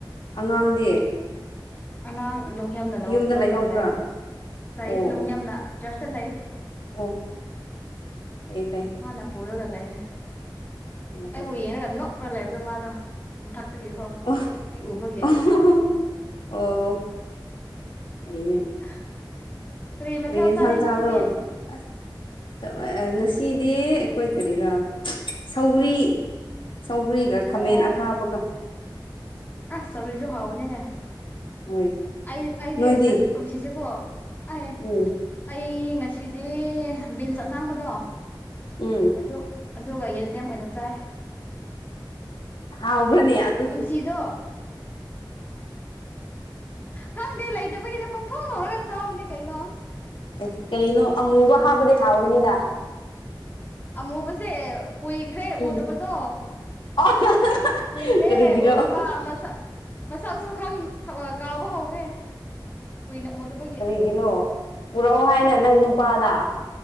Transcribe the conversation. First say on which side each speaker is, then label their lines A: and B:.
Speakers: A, on the left; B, on the left.
A: ꯑꯉꯥꯡꯗꯤ
B: ꯑꯉꯥꯡ ꯑ ꯂꯣꯡꯍꯤꯌꯝꯅ ꯂꯧ
A: ꯌꯨꯝꯗ
B: ꯂꯧꯔꯒ
A: ꯂꯩꯍꯧꯕ꯭ꯔꯥ
B: ꯂꯩꯌꯦ ꯂꯩꯌꯦ
A: ꯑꯣ
B: ꯂꯨꯡꯍꯤꯌꯝꯅ
A: ꯑꯣ
B: ꯆꯔꯁꯇ ꯂꯩ
A: ꯑꯣ ꯐꯩꯌꯦ ꯐꯩ
B: ꯃꯥꯅ ꯄꯨꯔꯒ ꯂꯩ
A: ꯑꯣ
B: ꯑꯩꯕꯨ
A: ꯑꯣ
B: ꯌꯦꯡꯔꯒ ꯅꯣꯛ <unintelligible> ꯂꯩꯕꯗꯣ ꯃꯥꯗꯣ ꯃꯊꯛꯇꯒꯤꯀꯣ
A: ꯑꯣ
B: ꯑꯩ ꯎꯕꯒꯤ
A: ꯑꯣ ꯑꯣ ꯐꯩꯅꯦ
B: <unintelligible> ꯃꯊꯦꯜ
A: ꯀꯔꯤ ꯌꯦꯟꯁꯥꯡ
B: ꯆꯥꯔꯦ ꯉꯁꯤꯗꯤ
A: ꯆꯥꯕ꯭ꯔꯣ ꯑꯁ ꯆꯛꯋ ꯑ ꯉꯁꯤꯗꯤ ꯑꯩꯈꯣꯏ ꯀꯔꯤꯔ ꯁꯧꯒ꯭ꯔꯤ ꯁꯧꯒ꯭ꯔꯤꯒ ꯈꯥꯃꯦꯟ
B: ꯑꯣ
A: ꯑꯈꯥꯕꯒ
B: ꯑꯁ ꯁꯧꯒ꯭ꯔꯤꯁꯨ ꯍꯥꯎꯕꯅꯤꯅꯦ
A: ꯍꯣꯏ
B: ꯑꯩ ꯑꯩꯗꯤ
A: ꯅꯣꯏꯗꯤ
B: ꯉꯥ ꯀꯨꯝꯁꯤꯁꯦꯀꯣ ꯑꯦ
A: ꯎꯝ
B: ꯑꯩ ꯉꯁꯤꯗꯤ ꯕꯤꯟꯁ ꯑꯁꯥꯡꯕꯗꯣ
A: ꯎꯝ
B: ꯑꯗꯨ ꯑꯗꯨꯒ ꯌꯦꯟꯗꯦꯝ ꯑꯣꯏꯅ ꯆꯥꯏ
A: ꯍꯥꯎꯕ꯭ꯔꯅꯦ ꯑꯗ
B: ꯀꯨꯝꯁꯤꯗꯣ ꯈꯪꯗꯦ ꯂꯩꯇꯕꯒꯤꯗ ꯄꯪꯊꯣꯡ ꯊꯣꯡꯔꯒ ꯆꯥꯕꯅꯦ ꯀꯩꯅꯣ
A: ꯑꯦ ꯀꯔꯤꯅꯣ ꯑꯃꯨꯕ ꯍꯥꯞꯕꯗꯤ ꯍꯥꯎꯒꯅꯤꯗ
B: ꯑꯃꯨꯕꯁꯦ ꯀꯨꯏꯈ꯭ꯔꯦ
A: ꯎꯝ
B: ꯎꯗꯕꯗꯣ
A: <unintelligible>
B: ꯀꯨꯏꯔꯦ
A: ꯀꯔꯤꯒꯤꯔꯣ
B: ꯎꯗꯕ ꯃꯁꯛ ꯃꯁꯛꯁꯨ ꯈꯪ ꯈꯧ ꯑ ꯀꯥꯎꯕ ꯍꯧꯔꯦ ꯀꯨꯏꯅ ꯎꯗꯕꯒꯤ
A: ꯒꯤꯅꯣ ꯄꯨꯔꯛꯑꯣ ꯍꯥꯏꯅ ꯅꯪ ꯅꯨꯄꯥꯗ